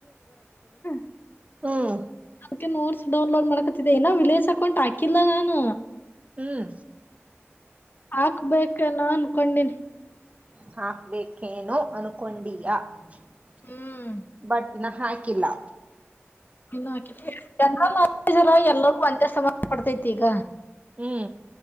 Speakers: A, on the left; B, on the right.
A: <unintelligible>
B: ಹ್ಮು.
A: ಅದಕ್ಕೆ ನೋಟ್ಸ್ ಡೌನ್ಲೋಡ್ ಮಾಡ್ಕೊತಿದ್ದೆ ಇನ್ನಾ ವಿಲೇಜ್ ಅಕೌಂಟ್ ಹಾಕಿಲ್ಲ ನಾನು
B: ಹ್ಮ್.
A: ಹಾಕ್ಬೇಕೆನೊ ಅನ್ಕೊಂಡನಿ
B: ಹಾಕ್ಬೇಕೇನೋ ಅನ್ಕೊಂಡಿಯಾ <inaudible>
A: ಹ್ಮ್
B: ಬಟ್ ಇನ್ನಾ ಹಾಕಿಲ್ಲಾ.
A: ಇನ್ನು ಹಾಕಿಲ್ ಜನರಲ್ ನಾಲೆಜ್ ಎಲ್ಲದಕೂ ಒಂದೆ ಸಂಬಂಧ ಪಡ್ತೈತಿ ಈಗ
B: ಹ್ಮು.